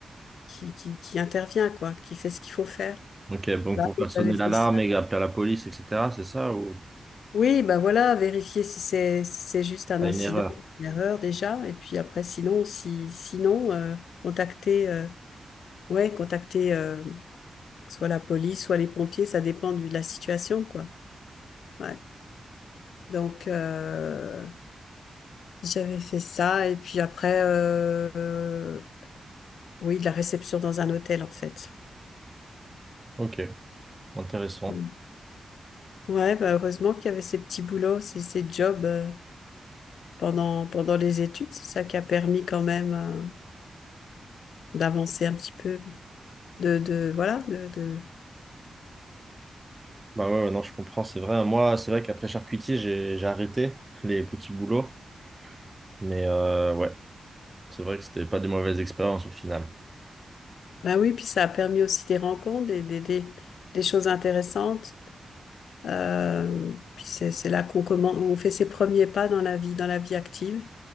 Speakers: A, on the left; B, on the right.
A: qui, qui, qui intervient, quoi, qui fait ce qu'il faut faire.
B: ok. Donc
A: Bah,
B: pour faire sonner
A: j'avais fait
B: l'alarme
A: ça.
B: et appeler la police, etc., c'est ça ou
A: Oui, bah voilà, vérifier si c'est si c'est juste un
B: pas
A: incident,
B: une erreur?
A: une erreur déjà, et puis après, sinon, si sinon, euh, contacter, euh, ouais, contacter euh, soit la police, soit les pompiers, ça dépend du- de la situation, quoi. Ouais. Donc, euh, J'avais fait ça et puis après, euh, euh, oui, de la réception dans un hôtel en fait.
B: Ok, intéressant.
A: Mm. Ouais, bah heureusement qu'il y avait ces petits boulots, ces, ces jobs euh, pendant, pendant les études. C'est ça qui a permis quand même euh, d'avancer un petit peu. De, de, voilà, de, de...
B: Bah ouais, ouais, non, je comprends, c'est vrai. hein. Moi, c'est vrai qu'après charcutier, j'ai j'ai arrêté les petits boulots, mais euh, ouais, c'est vrai que c'était pas des mauvaises expériences au final.
A: Bah oui, puis ça a permis aussi des rencontres, des, des, des, des choses intéressantes. Euh, puis c'est, c'est là qu'on commence, on fait ses premiers pas dans la vie, dans la vie active.